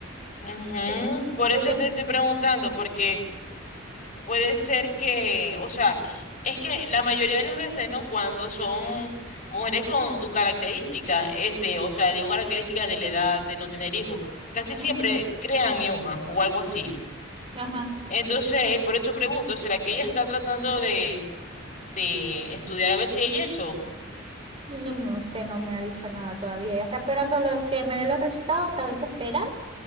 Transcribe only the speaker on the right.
Sí.
Es que-
ujú,
ajá.
No, no sé, no me ha dicho nada todavía. Ella está esperando lo, que me dé los resultados, todavía hay que esperar.